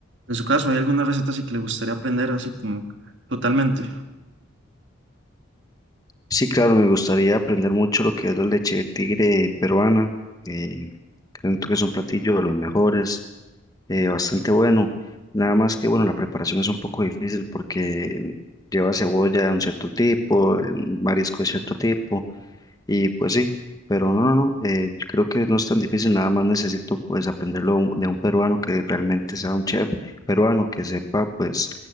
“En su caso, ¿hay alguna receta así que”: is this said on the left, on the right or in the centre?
Right